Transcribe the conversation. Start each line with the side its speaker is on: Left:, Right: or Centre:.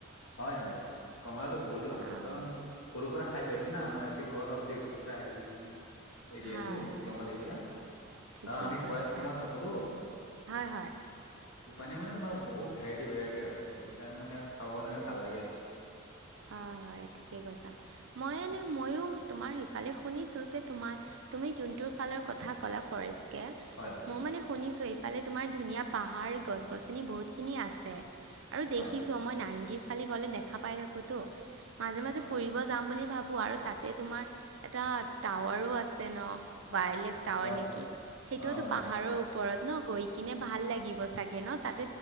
Left: হয় হয় কমলা বহুতে ভাল
Right: অঁ
Left: পাওঁ কাৰণ সৰুৰ পৰা খাই পাইছো না আমাৰ ইয়াতে গছ আছে পুৰা হেৰি মানে এৰিয়াটো
Right: হয় হয়
Left: জংঘল এৰিয়া
Right: ঠিকেই
Left: কাৰণ আমি
Right: কৈছা
Left: ফৰেষ্ট কেম্পত থাকো তো।
Right: হয় হয়।
Left: ইপানে মানে তোমাৰ বহুত ভেৰাইটি, ভেৰাইটি আছে সেইকাৰণে মানে খাব কাৰে ভাল লাগে আৰু।
Right: হয়, হয় ঠিকেই কৈছা মই এনে ময়ো তোমাৰ সিফালে শুনিছো যে ত তুমি যোনটো ফালৰ কথা ক'লা ফৰেষ্ট কে
Left: হয় হয়
Right: মই মানে শুনিছো। ফালে তোমাৰ ধুনীয়া পাহাৰ গছ-গছনি বহুতখিনি আছে আৰু
Left: হয়
Right: দেখিছোঁ মই নাৰেংগীৰ <unintelligible> গলে দেখা পাই থাকো তো মাজে মাজে
Left: হয়
Right: ফুৰিব যাম বুলি ভাবো আৰু তাতে তোমাৰ এটা টাৱাৰো আছে ন'। ৱায়াৰলেছ টাৱাৰ
Left: হয়
Right: নেকি
Left: হয়
Right: সেইটোতো
Left: অ
Right: পাহাৰৰ
Left: ৱেলষ্টা
Right: ওপৰত ন' গৈ কিনে ভাল লাগিব চাগে ন' তাত।